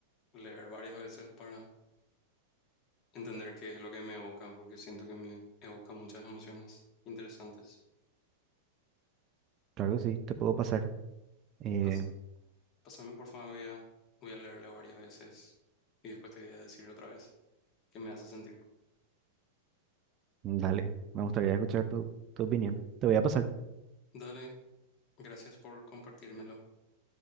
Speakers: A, on the left (about 40°); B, on the right (about 35°).
A: leer varias veces para entender qué es lo que me evoca, porque siento que me evoca muchas emociones interesantes.
B: Claro que sí, te puedo pasar. Eh,
A: Pas- pásame, por favor, voy a, voy a leerlo varias veces y después te voy a decir otra vez qué me hace sentir.
B: dale, me gustaría escuchar tu, tu opinión. Te voy a pasar.
A: Dale. Gracias por compartírmelo.